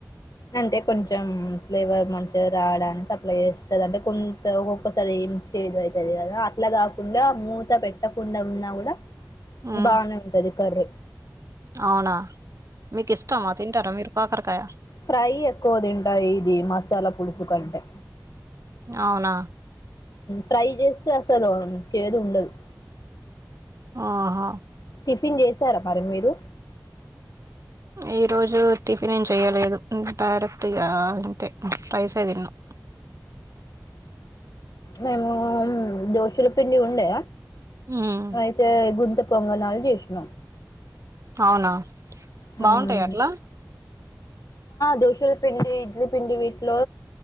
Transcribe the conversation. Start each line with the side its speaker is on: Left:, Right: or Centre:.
Left: అంటే కొంచెం ఫ్లేవర్ మంచిగా రావడానికి సప్లై చేస్తుంది అంటే కొంత ఒక్కొక్కసారి ద అవుతుంది కదా అట్లా కాకుండా మూత పెట్టకుండా ఉన్నా కూడా
Right: ఉమ్
Left: బానే ఉంటది కర్రీ
Right: అవునా మీకు ఇష్టమా తింటారా మీరు కాకరకాయ
Left: ఫ్రై ఎక్కువ తింటా ఇది మసాలా పులుసు కంటే
Right: అవున
Left: ట్రై చేస్త అసలు చేదు ఉండదు
Right: ఆహా
Left: టిఫిన్ చేసర మరి మీరు
Right: ఈ రోజు టిఫిన్ ఏం చెయలేదు డైరెక్ట్గా అంతే రైస్ తిన్నాం
Left: మేము దోషుల పిండి ఉండే
Right: ఉమ్
Left: అయితే గుంత పొంగనాలు చేసిన
Right: అవునా
Left: హ్మ్.
Right: బాగుంటాయ అట్ల
Left: దోశల పిండి ఇడ్లి పిండి వీటిలో